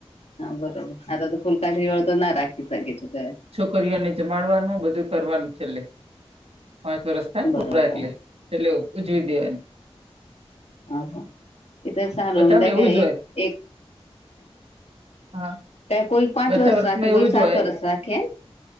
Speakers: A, on the left; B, on the right.
A: હા બરોબર હા તો ફૂલકા છેળ તો ના રાખી શકે છે.
B: છોકઓને જમાડવાનું બધું કરવાનું છેલ્લે પાંચ વરષ થાય ને
A: બરોબર
B: પોરા એટલે
A: હા
B: ચલો ઉજવી દેવાનું
A: હ એ તો સારુંમ
B: બધામાં એવું
A: કે
B: જ
A: એક
B: હોય
A: એક
B: હા
A: કોઈ પાંચ
B: બધા
A: વરસ
B: વ્રતમાં
A: રાખે ને
B: એવું
A: કોઈ
B: જ
A: સાત
B: હોય
A: વરસ રાખે